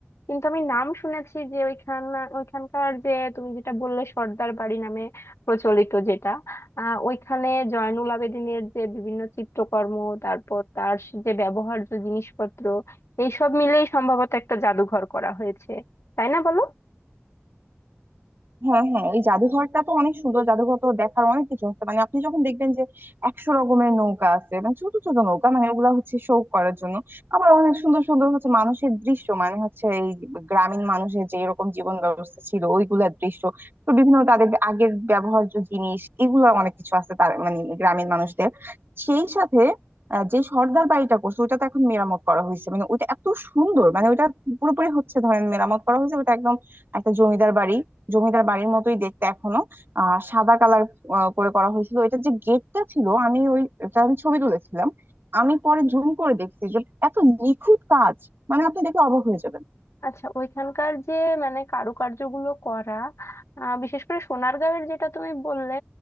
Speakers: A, on the left; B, on the right.
A: কিন্তু আমি নাম শুনেছি যে ওইখান ওইখানকার যে তুমি যেটা বললে সর্দার বাড়ি নামে প্রচলিত যেটা আহ ওইখানে জয়নুল আবেদিনের যে বিভিন্ন চিত্রকর্ম তারপর তার যে ব্যবহার্য জিনিসপত্র এইসব মিলেই সম্ভবত একটা জাদুঘর করা হয়েছে তাই না বলো
B: হ্যাঁ হ্যাঁ ওই জাদুঘরটা তো অনেক সুন্দর জাদুঘর তো দেখার অনেক কিছু আছে মানে আপনি যখন দেখবেন যে একশো রকমের নৌকা আছে মানে ছোট ছোট নৌকা মানে ওগুলা হচ্ছে শো করার জন্য আবার অনেক সুন্দর সুন্দর হচ্ছে মানুষের দৃশ্য মানে হচ্ছে এই গ্রামীণ মানুষের যে এরকম জীবন ব্যবস্থা ছিল ওইগুলার দৃশ্য তো বিভিন্ন তাদের আগের ব্যবহার্য জিনিস এগুলো অনেক কিছু আছে তার মানে গ্রামীণ মানুষদের সেই সাথে আহ, যে সর্দার বাড়িটা করছে ওইটা তো এখন মেরামত করা হয়েছে মানে ওইটা এত সুন্দর মানে ওইটা পুরোপুরি হচ্ছে ধরেন মেরামত করা হয়েছে ওটা একদম একটা জমিদার বাড়ি জমিদার বাড়ির মতোই দেখতে এখনো আহ সাদা কালার করে করা হয়েছিল এটা যে গেটটা ছিল আমি ওই এটা আমি ছবি তুলেছিলাম আমি পরে জুম করে দেখছি যে এত নিখুঁত কাজ মানে আপনি দেখে অবাক হয়ে যাবেন
A: আচ্ছা ওইখানকার যে মানে কারুকার্যগুলো করা আহ, বিশেষ করে সোনারগাঁওয়ের যেটা তুমি বললে